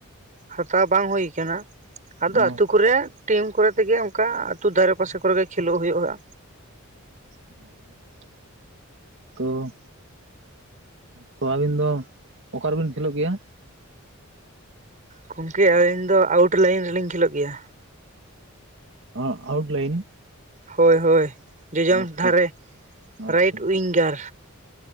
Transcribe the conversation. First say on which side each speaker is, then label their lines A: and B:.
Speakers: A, on the right (about 35°); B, on the right (about 60°).
A: ᱦᱟᱛᱟᱣ ᱵᱟᱝ ᱦᱩᱭ ᱠᱟᱱᱟ᱾ ᱟᱫᱚ
B: ᱚ
A: ᱟᱹᱛᱩ ᱠᱚᱨᱮ ᱴᱤᱢ ᱠᱚᱨᱮ ᱛᱮᱜᱮ ᱚᱝᱠᱟ ᱟ ᱟᱹᱛᱩ ᱫᱷᱟᱨᱮ ᱯᱟᱥᱮ ᱠᱚᱨᱮᱜᱮ ᱠᱷᱮᱞᱳᱜ ᱦᱩᱭᱩᱜ-ᱟ᱾
B: ᱦᱩᱸ᱾ ᱛᱚ, ᱛᱚ, ᱟᱹᱵᱤᱱ ᱫᱚ ᱚᱠᱟ ᱨᱮᱵᱤᱱ ᱠᱷᱮᱞᱳᱜ ᱜᱮᱭᱟ?
A: ᱜᱚᱝᱠᱮ ᱟᱹᱞᱤᱧ ᱫᱚ ᱟᱣᱩᱴ ᱞᱟᱭᱤᱱ ᱨᱮᱞᱤᱧ ᱠᱷᱮᱞᱳᱜ ᱜᱮᱭᱟ᱾
B: ᱚ, ᱟᱹᱣᱩᱴ ᱞᱟᱭᱤᱱ?
A: ᱦᱳᱭ ᱦᱳᱭ, ᱡᱚᱡᱚᱢ
B: ᱟᱪᱪᱷᱟ
A: ᱫᱷᱟᱨᱮ
B: ᱟᱪᱪᱷᱟ
A: ᱨᱟᱭᱤᱴ ᱩᱭᱤᱝᱜᱟᱨ᱾